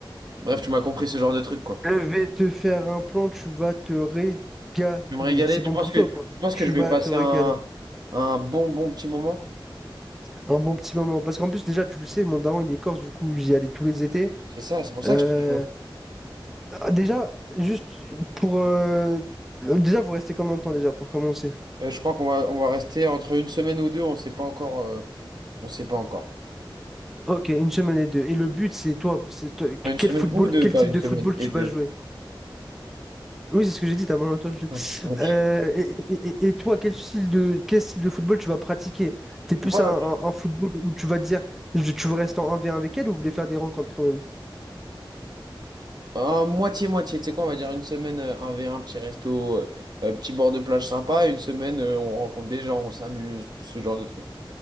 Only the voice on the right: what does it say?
Bref, tu m'as compris ce genre de truc, quoi.
Je vais me régaler.
Tu
penses
que,
tu penses
que je vais
passer
un, un bon, bon petit moment?
C'est ça, c'est pour ça
que je te demande.
Euh, je crois qu'on va, on va rester entre une semaine ou deux, on sait pas encore. euh, on sait pas encore.
Une semaine
ou deux,
pas
une
semaine
et
deux.
Ah, ok.
Voilà.
Euh, moitié-moitié, tu sais quoi, on va dire une semaine euh, 1v1, petit resto, euh, euh, petit bord de plage sympa, une semaine euh, on rencontre des gens, on s'amuse, tout ce genre de trucs.